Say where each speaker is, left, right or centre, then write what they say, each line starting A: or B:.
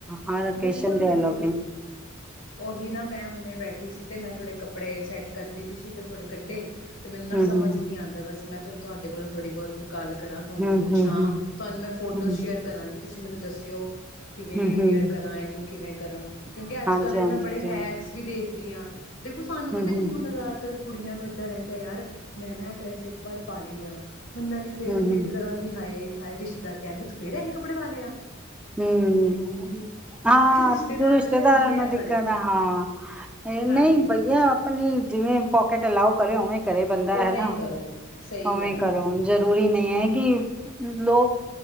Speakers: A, in the centre; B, on the left (about 85°).
A: ਹਰ ਓਕੇਸਨ
B: ਬਿਲਕੁਲ
A: ਦੇ
B: ਬਿਲਕੁਲ
A: ਅਲੋ
B: ਉਹੀ ਨਾ ਮੈਂ ਹੁਨੇ ਬੈਠੀ ਸੀ ਤੇ ਮੈਂ ਥੋੜੇ ਕੱਪੜੇ ਸੈੱਟ ਕਰਦੀ ਵੀ ਸੀ। ਤੇ ਥੋੜੇ ਕੱਢੇ, ਤੇ ਮੈਨੂੰ
A: ਹਮ
B: ਸਮਝ ਨ ਨਹੀਂ, ਆਂਦਾ ਵੈਸ ਮੈਂ ਚਲੋ ਤੁਹਾਡੇ ਕੋਲੋਂ ਥੋੜੀ ਬਹੁਤ ਗੱਲ ਕਰਾਂ ਤੁਹਾਨੂੰ
A: ਹਮ
B: ਪੁੱਛਾਂ
A: ਹਮ ਹਮ
B: ਤੁਹਾਨੂੰ ਮੈਂ ਫੋਟੋਜ਼
A: ਹਮ
B: ਸ਼ੇਅਰ ਕਰਾਂ ਤੁਸੀਂ ਮੈਨੂੰ ਦੱਸਿਓ ਕਿਵੇਂ
A: ਹਮ
B: ਅਵੇਅਰ
A: ਹਮ
B: ਕਰਾਂ ਇਹਨੂੰ ਕਿਵੇਂ ਕਰਾਂ ਕਿਉਂਕਿ ਅੱਜ
A: ਹਾਂਜੀ
B: ਕੱਲ੍ਹ ਤੇ
A: ਹਾਂਜੀ
B: ਮੈਂ ਬੜੇ
A: ਜ਼ਰੂਰ
B: ਹੈਕਸ ਵੀ ਦੇਖ ਰਖਦੀਆਂ ਦੇਖੋ ਸਾਨੂੰ ਪਤਾ
A: ਹਮ ਹਮ
B: ਕੀ ਹੁੰਦਾ ਯ ਤਰ ਕੁੜੀਆਂ ਨੂੰ ਇੱਦਾਂ ਰਹਿੰਦਾ ਯਾਰ ਮੈਂ ਨਾ ਐਡਰੈਸ ਇੱਕ ਵਾਰ ਪਾਲੀ ਆ ਹੁਣ ਮੈਨੂੰ ਫੇਰ
A: ਹਮ
B: ਰਿਪੀਟ
A: ਹਮ
B: ਕਰਾਂਗੀ ਹਾਏ, ਸਾਰੇ ਰਿਸ਼ਤੇਦਾਰਹਿਣਗੇ ਤੂੰ ਫੇਰ ਇਹਂ ਕੱਪੜੇ ਪਾਲਿਆ
A: ਹੂੰ, ਹਾਂ
B: ਬਟ ਰਿਸ਼ਤੇਦਾਰ
A: ਰਿਸ਼ਤੇਦਾਰਾਂ
B: ਵਾਲੇ ਹੁੰਦੇ
A: ਨੂੰ ਦਿੱਕਤ
B: ਥੋੜੇ
A: ਆ ਹਾਂ ਨਹੀਂ
B: ਹਾਂਜੀ
A: ਬਈਆ, ਆਪਣੀ ਜਿਵੇਂ ਪੋਕਿਟ ਅਲਾਓ ਕਰਿ ਉਵੇਂ ਕਰੇ ਬੰਦਾ
B: ਉਵੇਂ
A: ਹਨਾ
B: ਹੀ ਕਰੋ, ਸਹੀ
A: ਉਵੇਂ
B: ਗੱਲ
A: ਕਰੋ
B: ਆ
A: ਜ਼ਰੂਰੀ ਨਹੀਂ ਹੈ, ਕਿ ਲੋਕ